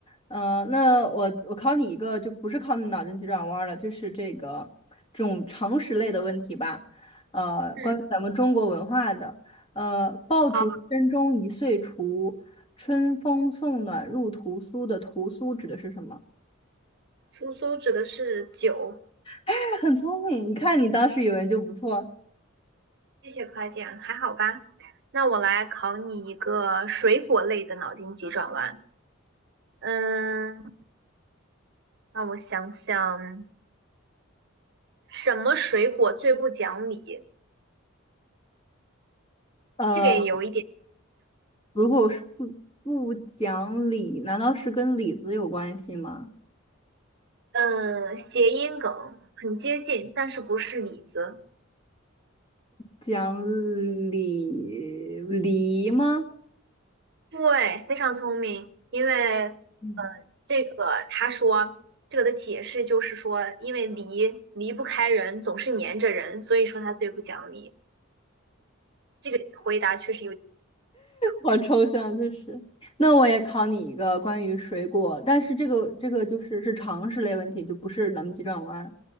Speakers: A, on the left; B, on the right.
A: 嗯、那我我考你一个，就不是靠脑筋急转弯儿了，就是这个这种常识类的问题吧，呃，
B: 嗯，
A: 关于咱们中国文化的，呃，爆竹声中一岁除，
B: 好，
A: 春风送暖入屠苏的屠苏指的是什么？<laughs>
B: 苏苏指的是酒，
A: 哎很聪明，你看你当时语文就不错，
B: 谢谢夸奖，还好吧？那我来考你一个水果类的脑筋急转弯。嗯，让我想想，什么水果最不讲理？
A: 呃。
B: 这个也有一点，
A: 如果是不不讲理，难道是跟李子有关系吗？
B: 嗯，谐音梗，很接近，但是不是李子。
A: 讲理梨吗？<laughs>
B: 对，非常聪明，因为
A: 嗯，
B: 这个他说，这个的解释就是说，因为离离不开人，总是粘着人，所以说他最不讲理。这个回答确实有点像
A: 好抽象，就是。那我也考你一个关于水果，但是这个这个就是是常识类问题，就不是咱们急转弯。